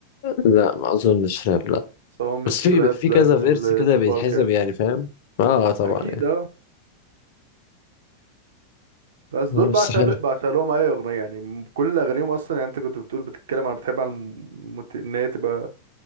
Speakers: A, on the left; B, on the right.
A: لا ما اظنش راب لا
B: بس هو مش
A: بس في بيبقى
B: راب
A: في
B: زي
A: كذا فيرس
B: زي
A: كده
B: توباك
A: بيتحسب
B: يعني
A: يعني فاهم اه طبعا
B: اكيد
A: يعني
B: اه بس دول
A: آه،
B: بعشق
A: بس حلو
B: بعشق لهم اي اغنيه يعني م- كل اغانيهم اصلا يعني انت كنت بتقول بتتكلم عن بتحب عن المت... ان هي تبقى